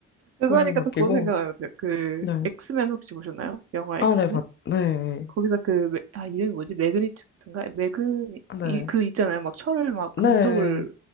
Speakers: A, on the right; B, on the left.
A: 그거니까
B: 모양이 바뀌고,
A: 또 그거 생각나요 그
B: 네.
A: 엑스맨 혹시 보셨나요? 영화
B: 아,
A: 엑스맨?
B: 네, 봤, 네.
A: 거기서 그, 매- 아, 이름이 뭐지? 매그니튜드인가? 매그니,
B: 아, 네.
A: 이, 그 있잖아요. 막 철을 막
B: 네,
A: 금속을